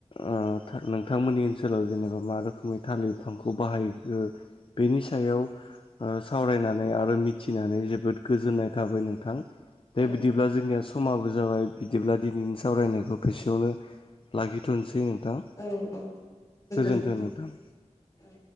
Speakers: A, on the left; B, on the left.
A: ओ नोंथांमोननि ओनसोलाव जेनेबा मा रोखोमै थालिर बिफांखौ बाहायो बेनि सायाव ओ सावरायनानै आरो मिथिनानै जोबोद गोजोननाय थाबाय नोंथां दे
B: औ
A: बिदि ब्ला जोंनिया समाबो जाबाय बिदिब्ला दिनैनि सावरायनायखौ बेसेयावनो लाखिथ'निसै नोंथां
B: औ औ गोजोनथों
A: गोजोन्थों नोंथां
B: औ